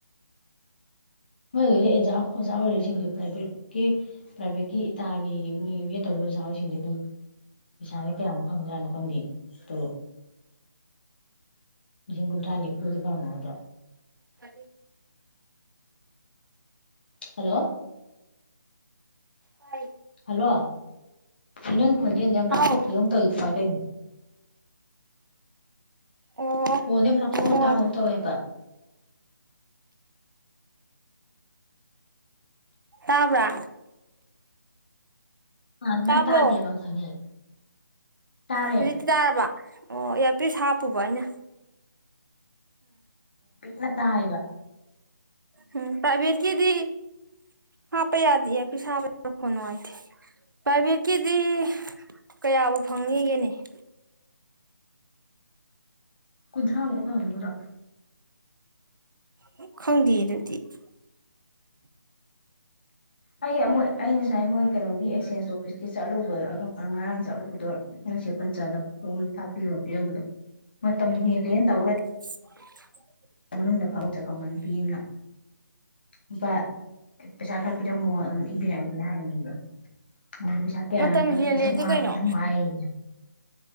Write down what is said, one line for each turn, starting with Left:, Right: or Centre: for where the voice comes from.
Left: ꯃꯣꯏꯒꯤ ꯑꯣꯖꯥ ꯑꯣꯏꯔꯤꯁꯤꯡꯁꯦ ꯄ꯭ꯔꯥꯏꯚꯦꯠꯀꯤ ꯄ꯭ꯔꯥꯏꯚꯦꯠꯀꯤ ꯏꯇꯥꯒꯤ ꯃꯣꯏ ꯇꯧ ꯑꯣꯖꯥ ꯍꯔꯤꯁꯤꯡꯁ ꯑꯗꯨꯝ ꯄꯩꯁꯥꯥꯁ ꯀꯌꯥꯃꯨꯛ ꯐꯪꯖ꯭ꯔꯥꯠꯅꯣ ꯈꯪꯗꯦ ꯇꯣꯂꯣ ꯃꯤꯁꯤꯡ ꯀꯨꯟ ꯊꯅꯤ ꯄꯨꯖꯤ ꯐꯥꯉꯗꯣ
Right: ꯊ
Left: ꯍꯜꯂꯣ
Right: ꯍ
Left: ꯍꯜꯂꯣ ꯐꯅꯪ ꯍꯣꯟꯖꯦꯟꯗꯤ ꯌꯥꯝ ꯂꯥꯊꯣꯛꯄꯤꯈꯤꯕꯣꯧ
Right: ꯍꯥꯎ
Left: ꯇꯧꯋ ꯀꯃꯥꯏ
Right: ꯑꯣ
Left: ꯇꯧꯅꯦ ꯍꯅꯦ ꯑꯊꯣꯛ
Right: ꯉꯥꯏꯈꯣ
Left: ꯉꯇꯥꯕ
Right: ꯉꯥꯏꯈꯣ
Left: ꯑꯃ ꯇꯧꯋꯦꯕ ꯍ
Right: ꯇꯥꯕ꯭ꯔꯥ
Left: ꯑ ꯃꯥ
Right: ꯇꯥꯕ꯭ꯔꯣ
Left: ꯇꯥꯗꯦꯕ ꯁꯉꯦ ꯇꯥꯔꯦ
Right: ꯍꯧꯖꯤꯛꯇꯤ ꯇꯥꯔꯕ ꯑꯣ ꯏꯔ ꯄ ꯍꯥꯞ ꯄꯨꯕꯥꯏꯩꯅ
Left: ꯉ ꯇꯥꯏ ꯏꯕ
Right: ꯎꯝ ꯇꯥꯏꯕꯠꯀꯤꯗꯤ ꯍꯥ ꯄ ꯌꯥꯗ ꯄꯤꯁꯥꯕꯣꯅꯦ ꯐꯔ ꯀꯗꯤ ꯀꯌꯥꯕꯨ ꯐꯪꯉꯤꯒꯦꯅꯦ <unintelligible>
Left: ꯀꯟꯁ ꯑ ꯀ ꯍꯥꯏꯨꯔ
Right: ꯃ ꯈꯪꯗꯦ ꯑꯗꯨꯗꯤ inaudible
Left: ꯑꯩ ꯑꯩ ꯉꯁꯥꯏ ꯃꯣꯏ ꯀꯩꯅꯣꯒꯤ ꯑꯦꯛꯁꯦꯟꯁ ꯆꯣꯐꯤꯁꯀꯤ ꯆꯠꯂꯨꯕ ꯉꯔꯥꯡ ꯆꯥꯛꯂꯨꯕꯗꯣ ꯉꯁꯤꯦꯄꯟꯆꯥꯗ ꯐꯣꯝ ꯊꯥꯕꯤꯌꯣ ꯄꯤꯔꯝꯕꯗꯣ ꯃꯝ ꯌꯦꯟ ꯇ
Right: inaudible
Left: ꯃꯅꯨꯡꯗ ꯐꯥꯎ ꯆꯈꯃꯟ ꯄꯤꯅ ꯂꯨꯄꯥ ꯄꯩꯁꯥ ꯈꯔ ꯄꯤꯔꯝꯃꯣ ꯑꯗꯨꯝ ꯏꯕꯤꯔꯛꯑꯒꯦ ꯍꯥꯏꯅꯤꯡꯗ ꯅ ꯄꯩꯁꯥ ꯀꯌꯥ
Right: ꯃꯇꯝ ꯍꯦꯜꯂꯦꯗꯤ
Left: ꯂꯨꯄꯥ ꯆꯥꯃꯉꯥ
Right: ꯀꯩꯅꯣ
Left: ꯄꯤꯊꯪ ꯍꯥꯏꯌꯦ